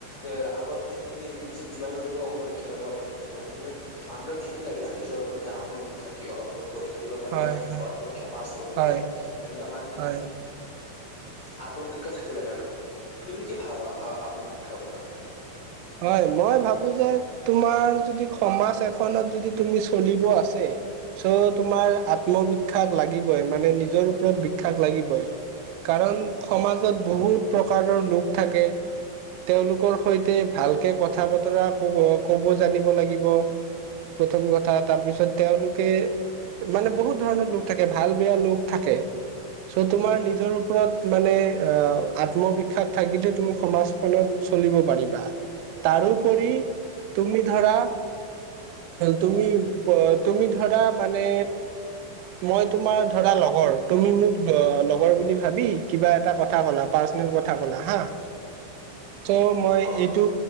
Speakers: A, on the left; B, on the right.
A: এ আগত তুমি নিজে দিবাই নৰিব পৰীক্ষা বিলাকক ভালকে। মানে তুমি মানুহ বিলাক থাকিব লাগে নিজৰ ওপৰতে আত্ম বিখ্যাত কি অ পৰীক্ষা দিব পাৰো
B: হয় হয়
A: আৰু পৰীক্ষা পাছ হব পাৰো।
B: হয়
A: এনেকা মানে
B: হয়
A: আত্মবিখ্যাত থাকিব লাগে। তুমি কি ভাবা আত্মবিখ্যাত মানে?
B: হয়, মই ভাবো যে তোমাৰ যদি সমাজ এখনত যদি তুমি চলিব আছে চ' তোমাৰ আত্মবিখ্যাত লাগিবই। মানে নিজৰ ওপৰত আত্মবিখ্যাত লাগিবই, কাৰণ সমাজত বহুত প্ৰকাৰৰ লোক থাকে তেওঁলোকৰ সৈতে ভালকে কথা বতৰা কব কব জানিব লাগিব। প্ৰথম কথা তাৰপিছত তেওঁলোকে মানে বহুত ধৰণৰ লোক থাকে। ভাল, বেয়া লোক থাকে। চ' তোমাৰ নিজৰ ওপৰত মানে অ। আত্মবিখ্যাত থাকিলে তুমি সমাজখনত চলিব পাৰিবা। তাৰোপৰি তুমি ধৰা তুমি অ, তুমি ধৰা মানে মই তোমাৰ ধৰা লগৰ। তুমি মোক লগৰ বুলি ভাবি কিবা এটা কথা ক'লা পাৰ্চনেল কথা ক'লা হা। চ' মই
A: অ
B: টো